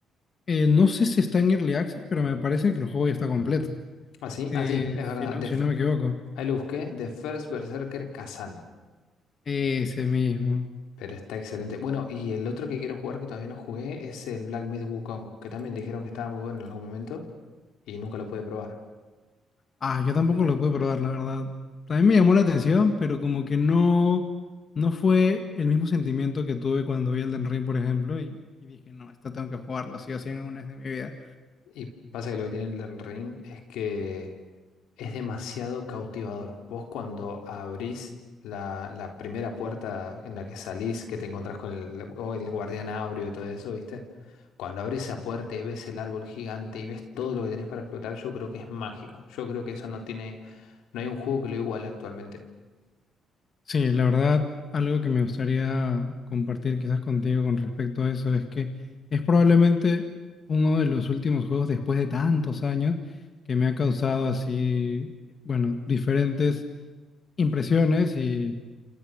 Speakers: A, on the left; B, on the left.
A: Eh, no sé si está en Early Access, pero me parece que el juego ya está completo.
B: Así,
A: eh,
B: así, es verdad.
A: si no,
B: The
A: si
B: f-
A: no me equivoco.
B: ahí lo busqué, The First Berserker Kazan,
A: Ese mismo.
B: pero está excelente. Bueno, y el otro que quiero jugar que todavía no jugué es el Black Myth Wukong, que también dijeron que estaba muy bueno en algún momento y nunca lo pude probar.
A: Ah, yo tampoco lo pude probar, la verdad. También me llamó la atención, pero como que no, no fue el mismo sentimiento que tuve cuando vi Elden Ring, por ejemplo, y, y dije, no, esta tengo que jugarlo, sí o sí, en una vez de mi vida.
B: Y pasa que lo que tiene el Elden Ring es que Es demasiado cautivador. Vos cuando abrís la, la primera puerta en la que salís, que te encontrás con el, o el guardián áureo y todo eso, ¿viste? Cuando abrís esa puerta y ves el árbol gigante y ves todo lo que tenés para explotar, yo creo que es mágico. Yo creo que eso no tiene, no hay un juego que lo iguale actualmente.
A: Sí, la verdad, algo que me gustaría compartir quizás contigo con respecto a eso es que es probablemente uno de los últimos juegos después de tantos años que me ha causado así, bueno, diferentes impresiones y